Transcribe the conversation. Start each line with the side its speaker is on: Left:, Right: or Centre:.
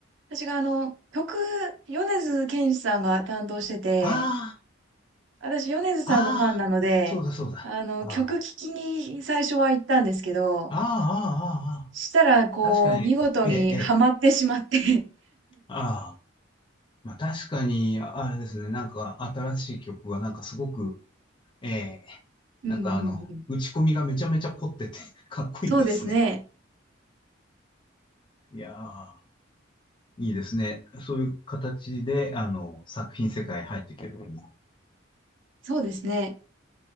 Right: 私があの、曲、米津玄師さんが担当してて、
Left: あ
Right: 私米津さんのファンなので、
Left: あ、ああ、そうだ、そうだ、
Right: あの、
Left: ああ、
Right: 曲聴きに最初は行ったんですけど、
Left: ああ、ああ、あ
Right: したら、
Left: あ確かに、
Right: こう、見事にはまってしまって
Left: えーえー、ああ、まあ確かに、あれですね、なんか新しい曲は、なんかすごく、えー、
Right: <laughs> うんうんうん。
Left: なんかあの、打ち込みがめちゃめちゃ凝ってて、かっこいいですね。
Right: そうですね。
Left: いやー、いいですね。そういう形で、あの、作品世界入っていけるのも。
Right: そうですね。